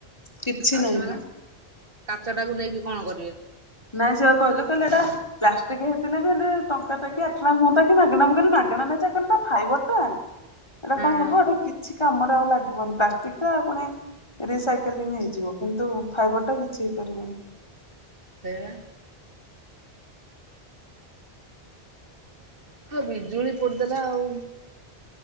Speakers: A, on the left; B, on the right.
A: କିଛି
B: ଆଉ
A: ନାହିଁ
B: ସେମାନେ
A: ପା।
B: କାଚ ଟାକୁ ନେଇକି କଣ କରିବେ?
A: ନାଇଁ ସେ ପା କହିଲେ କହିଲେ ଏଟା ପ୍ଲାଷ୍ଟିକ ହେଇଥିଲେ ବି ହେଲେ ଟଙ୍କାକ କି ଆଠନା ହୁଅନ୍ତା କି ମାଗଣା ମୁଁ କିଲି ମାଗଣା ନ କଲୋ ଫାଇବର ଟା ଆଛା। ଏଇଟା
B: ହଁ
A: କଣ ହବ ଏଟା କିଛି କାମରେ ଆଉ ଲାଗିବନି ପ୍ଲାଷ୍ଟିକ ଟା ପୁଣି ରିସାଇକେଲିଂ ହେଇଯିବ। କିନ୍ତୁ ଫାଇବରଟା କିଛି ହେଇପାରିବନି।
B: ସେଇ ବା। ହଁ ବିଜୁଳି ପୋଡିଦେଲା ଆଉ